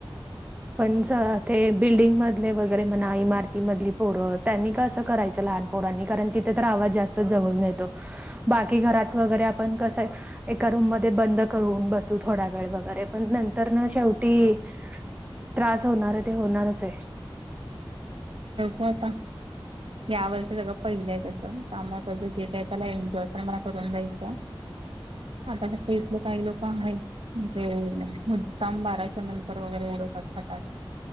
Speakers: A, on the right (about 15°); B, on the right (about 80°).
A: पण ते बिल्डिंग मधले वगैरे म्हणा इमारतीमधली पोरं त्यांनी का असं करायचं लहान ण तिथे तर आवाज जास्त जवळून येतो बाकी घरात वगैरे आपण कसंय एका रूम मध्ये बंद करून बसू थोडा वेळ वगैरे पण नंतर ना शेवटी त्रास होणार आहे ते होणारच आहे
B: बपता या वर्ष सगळं पहिलंय तसं त्यामुळे त्याचं गेट आहे त्याला एन्जॉय पण मला करून द्यायचं आता तसं इथले काही लोक आहेत म्हणजे मुद्दाम बाराच्या नंतर वगैरे उडतात टा